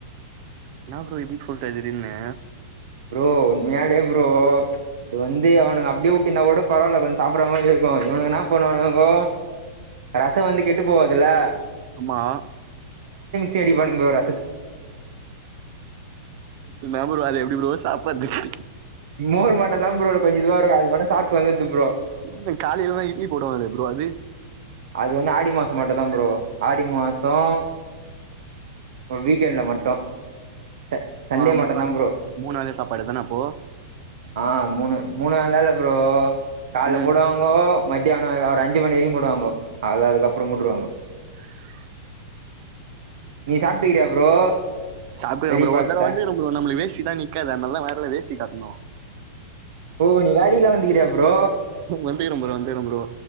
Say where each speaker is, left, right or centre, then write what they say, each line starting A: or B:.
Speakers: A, on the right; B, on the right.
A: என்ன ப்ரோ இப்டி சொல்ட்ட திடீர்னு
B: ப்ரோ உண்மையாலே ப்ரோ ப்ச் இது வந்து அவனுங்க அப்டியே வுட்ந்தா கூட பரவலா கொஞ்சோ சாப்ற மாரி இருக் கு இவனுங்க என்ன பண்ணுவானுங்க ரச வந்து கேட்டு போவாதுல்ல
A: ஆமா
B: சேடி பண்ணுங்ளோட
A: என்ன ப்ரோ அது எப்டி ப்ரோ சாப்பர்துக்
B: மோர் மட்டுந்தா ப்ரோ கொஞ்சொ இதுவா இருக்கு அது மட்டு சாப்ட்டு வந்துட்ட ப்ரோ
A: இந்த காலைல்லா இட்லி போடுவானே ப்ரோ அது
B: அது வந்து ஆடி மாசம் மட்டுந்தா ப்ரோ ஆடி மாசோ அ வீக்கெண்ட்ல மட்டு ச சண்டே
A: ஆ
B: மட்டுந்தா
A: மூணாளக்
B: ப்ரோ
A: மூணு அதே சாப்பாடு தான அப்போ
B: ஆ மூணு மூணு வேல்லா இல்ல ப்ரோ கால்ல
A: ம்
B: போடுவாங்கோ மத்யா ணொ ஒரு அஞ்சி மணிரையும் போடுவாங்கோ அது அதுக்கப்பறோ மூட்ருவாங்கோ
A: அ
B: நீ சாப்ட்டுக்குறியா ப்ரோ
A: சாப்டுவ
B: பெரிய
A: ப்ரோ
B: பால்ட்ட
A: ஒர்த்தடவ வந்துக்குற ப்ரோ நம்ளுக்கு வேஸ்டிதா நிக்காது அத்னாலதா வர்ல வேஸ்டி கட்ணு
B: ஓ நீ வேலைக்குலா வந்துக்கிறியா ப்ரோ
A: வந்துக்குற ப்ரோ வந்துக்குற ப்ரோ